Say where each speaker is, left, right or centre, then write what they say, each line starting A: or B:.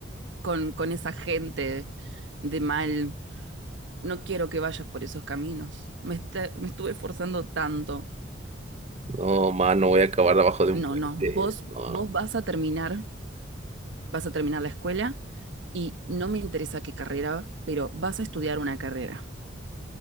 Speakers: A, on the right; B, on the right.
A: con, con esa gente de mal. No quiero que vayas por esos caminos. Me, está- me estuve esforzando tanto.
B: No, ma, no voy a acabar debajo de un
A: No,
B: puente,
A: no, vos,
B: no.
A: vos vas a terminar vas a terminar la escuela y no me interesa qué carrera, pero vas a estudiar una carrera.